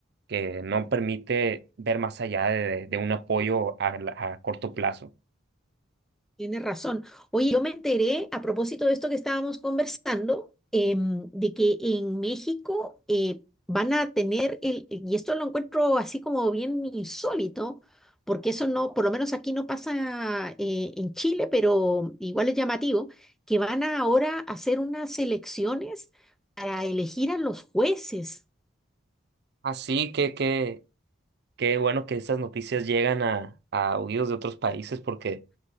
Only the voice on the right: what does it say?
que no permite ver más allá de, de un apoyo a la- a corto plazo.
Así que, que, qué bueno que estas noticias llegan a, a oídos de otros países porque